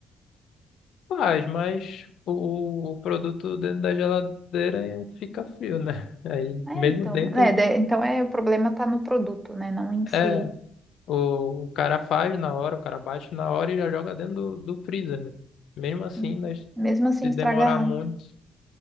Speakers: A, on the left; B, on the right.
A: Faz, mas o, o produto dentro da geladeira fica frio, né? <laughs> Aí,
B: É,
A: mesmo
B: então.
A: dentro,
B: É, de- então é, o problema tá no produto, né? Não em si.
A: é, o, o cara faz na hora, o cara bate na hora e já joga dentro do, do freezer, né? Mesmo assim,
B: Hum.
A: nós,
B: Mesmo assim,
A: se
B: estragar.
A: demorar muito,